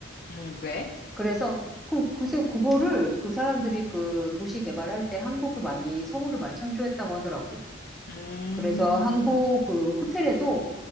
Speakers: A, on the left; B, in the centre.
A: 응. 왜?
B: 그래서 그, 글쎄 그거를 그 사람들이 그 도시 개발할 때 한국을 많이, 서울을 많이 참조했다고 하더라고.
A: 음,
B: 그래서 한국 그 호텔에도